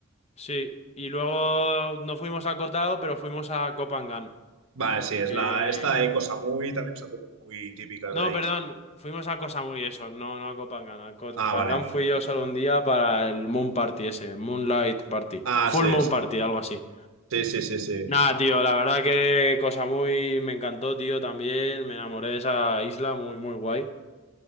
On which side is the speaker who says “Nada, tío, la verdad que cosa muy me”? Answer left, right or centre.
Left